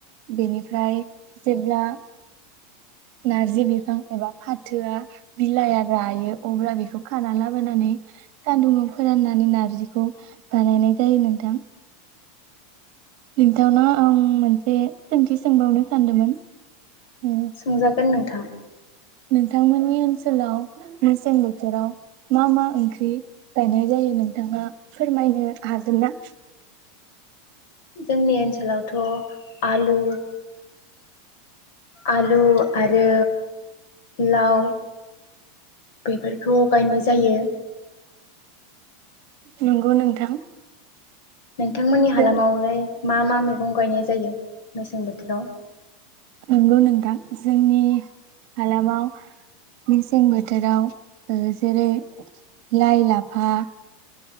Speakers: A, on the right (about 40°); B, on the left (about 50°).
A: बेनिफ्राय जेब्ला नारजि बिफां एबा फाथोआ बिलाइआ रायो अब्ला बेखौ खाना लाबोनानै सान्दुङाव फोराननानै नार्जिखौ बानायनाय जायो नोंथां नोंथावना आं मोनसे सोंथि सोंबावनो सानदोंमोन उम
B: सोंजागोन नोंथां
A: नोंथांमोननि ओनसोलाव मेसें बोथोराव मा मा ओंख्रि गायनाय जायो नोंथाङा फोरमायनो हागोन ना?
B: जोंनि ओनसोलावथ' आलु आलु आरो लाव बेफोरखौ गायनाय जायो।
A: नंगौ नोंथां
B: नोंथांमोननि हालामावलाय
A: जों
B: मा मा मैगं गायनाय जायो मेसें बोथोराव
A: नंगौ नोंथां जोंनि हालामाव मेसें बोथोराव जेरै लाइ लाफा